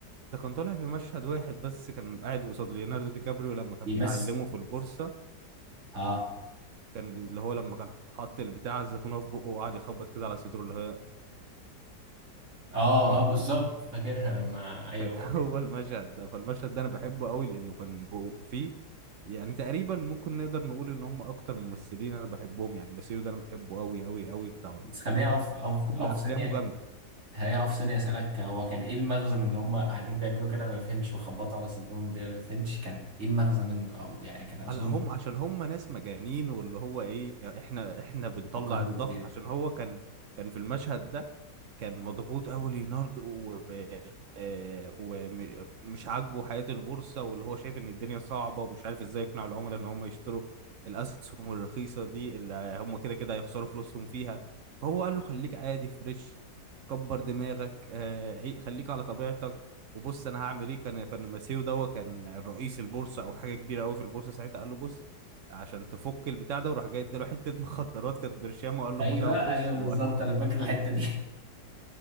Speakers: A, on the right; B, on the right.
A: ده كان طالع في مشهد واحد بس كان قاعد قصاد ليوناردو دي كابريو لما كان
B: بيمثل
A: بيعلمه في البورصة
B: اه
A: كان بي... اللي هو لما كان حاط البتاع الزيتونة في بقه وقعد يخبط كده على صدره اللي هي
B: اه
A: <laughs>
B: اه بالظبط فاكرها لما ايوه
A: كان هو المشهد ده فالمشهد ده انا بحبه قوي لانه كان جو فيه يعني تقريبا ممكن نقدر نقول ان هم اكتر ممثلين انا بحبهم يعني ماسيو ده انا بحبه قوي قوي قوي بتاع
B: بس خليني
A: التمثيل
B: اقف اقف
A: كل
B: اقف
A: افلامه
B: ثانيه
A: جامدة
B: خليني اقف ثانيه اسالك هو كان ايه المغزى من ان هم قاعدين بيعملوا كده انا ما فهمتش وخبطوا على صدرهم دي انا ما فهمتش كان ايه المغزى منه او يعني كان قصدهم
A: هلا هم عشان هم ناس مجانين واللي هو ايه احنا احنا بنطلع
B: فقره
A: الضغط
B: بالزياده
A: عشان هو كان كان في المشهد ده كان مضغوط قوي ليوناردو و... آه، ومش عاجبه حياة البورصة واللي هو شايف ان الدنيا صعبة ومش عارف ازاي يقنع العملاء ان هم يشتروا الاسهم الرخيصة دي اللي هم كده كده هيخسروا فلوسهم فيها فهو قال له خليك عادي فريش كبر دماغك آه، عي- خليك على طبيعتك وبص انا هعمل ايه كان كان ماسيو ده كان رئيس البورصة او حاجة كبيرة قوي في البورصة ساعتها قال له بص عشان تفك البتاع ده وراح جاي اداله حتة مخدرات كانت برشام وقال له
B: ايوه
A: خدها وبص
B: ايوه بالظبط انا فاكر الحته دي